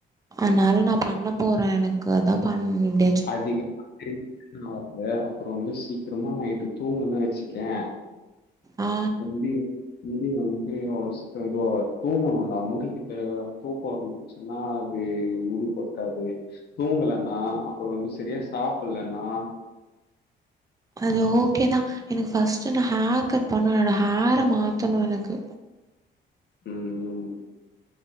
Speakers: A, on the right; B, on the left.
A: அதனால நா பண்ண போறே எனக்கு அதா பண்ண முடிது
B: அதிகமா பேசிட்டு இருக்காம அப்புரோ வந்து சீக்கிரமா நைட்டு தூங்கன வச்சுக்கயே
A: ஆ
B: <unintelligible> முடி வந்து அவளோ சீக்கிரோ இதுவாகாது தூங்கணுடா முடிக்கு தேவ தூக்கம் வந்து சொன்னா அது முடி கொட்டாது தூங்கலன்னா அப்புறோ வந்து செரியா சாப்பிலன்னா
A: அது ஓகே தா எனக்கு ஃபஸ்ட்டு நா ஹேர் கட் பண்ணனு என்னோட ஹேரை மாத்தணு எனக்கு
B: ம் ம்